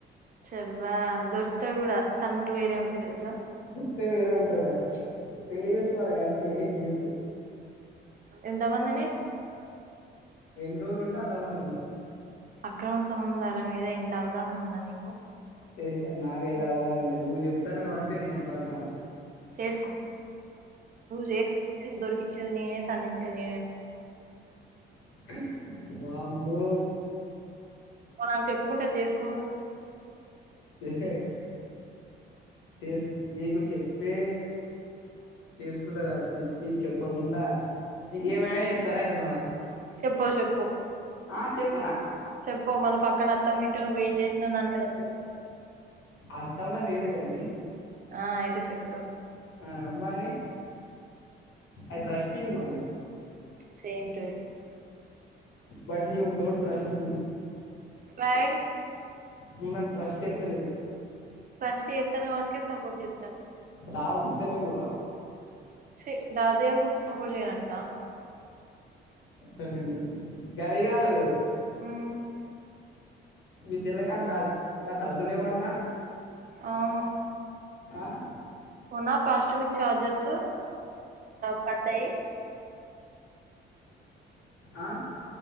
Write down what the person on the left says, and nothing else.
అే వేరే ఉండ మరి పెళ్లిి చేసుకోవాలి అంతే ఏం చేయదు
ఎన్ని రోజులు ఉంటే అంతమందిని
ఏ నాకైతే అవలేదు నువ్వు చెప్తానే కాబీ నేను అట్లా అంటా
<inaudible> మామ్ో
ఇహ చే నీకు చెప్పే చేసుకుంటారు అ ఇ చెప్పకుంట ంట నక ఏమైనా చెప్తార బన
ఆ చెప్పరా
అత్తమ్మని ఏదిగాని
ఆ మరి ఐ ట్రస్ట్ అద
but you don't trust బ
నువ న ట్రష్ట్ చేతలే
వ దిత్తలే హవ
అలాదం గది కాదు
మీ చెల్లకడ డబ్బులు ఏవంట
క
ఆ